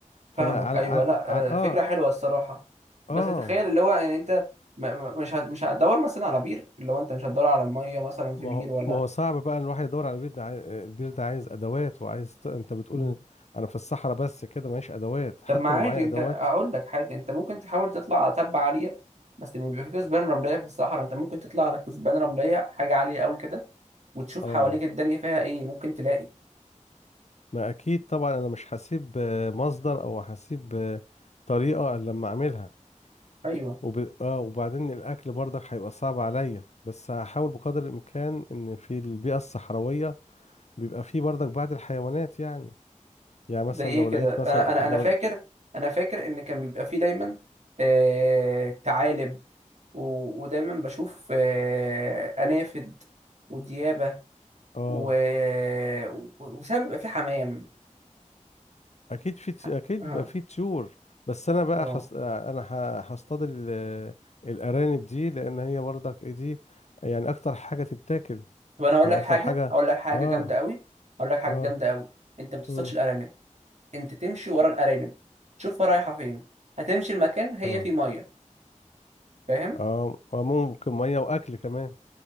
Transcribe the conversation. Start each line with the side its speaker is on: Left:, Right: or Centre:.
Left: فعلى
Right: فاهمك ايوه
Left: على...
Right: لا
Left: على... اه
Right: آه، فكره حلوه الصراحه بس
Left: اه
Right: تخيل اللي هو يعني انت م- م- مش هت- مش هتدور مثلا على بير اللي هو انت مش هتدور على الميه مثلا في
Left: ما
Right: بير
Left: هو
Right: ولا
Left: ما هو صعب بقى ان الواحد يدور على بير ده عاي... البير ده عايز ادوات وعايز ت- انت بتقول
Right: مم.
Left: إن انا في الصحراء بس كده معيش ادوات حتى
Right: طب ما عادي
Left: لو معايا
Right: انت
Left: ادوات
Right: اقول لك حاجه انت ممكن تحاول تطلع على تبة عاليه بس لما بيبقى في كثبان رمليه في الصحراء انت ممكن تطلع على كثبان رمليه حاجه عاليه قوي كده وتشوف
Left: اه
Right: حواليك الدنيا فيها ايه ممكن تلاقي
Left: ما اكيد طبعا انا مش هسيب آه، مصدر او هسيب آه، طريقة إلا لما اعملها
Right: ايوه
Left: وب... اه وبعدين الاكل برضك هيبقى صعب عليا بس هحاول بقدر الامكان ان في البيئة الصحراوية بيبقى فيه برضك بعض الحيوانات يعني يعني مثلا
Right: زي ايه
Left: لو
Right: كده
Left: لقيت
Right: انا
Left: مثلا
Right: انا
Left: لو
Right: انا فاكر انا فاكر ان كان بيبقى في دايما آه... ثعالب و... ودايما بشوف آه... انافد وديابه
Left: اه
Right: و... و... وساعات بيبقى في حمام
Left: اكيد في
Right: ح-
Left: تي- اكيد
Right: اه
Left: بيبقى في طيور بس انا بقى
Right: اه
Left: حص... انا ح- هصطاد ال- الارانب دي لان هي برضك ايه دي يعني اكتر حاجه تتاكل
Right: طب انا اقول
Left: يعني
Right: لك
Left: اكتر
Right: حاجه
Left: حاجه
Right: اقول لك حاجه
Left: اه
Right: جامده قوي اقول لك حاجه
Left: اه
Right: جامده قوي انت ما تصطادش
Left: امم
Right: الارانب انت تمشي ورا الارانب تشوفها رايحه فين هتمشي المكان هي
Left: اه
Right: فيه ميه فاهم
Left: اه آه، ممكن ميه واكل كمان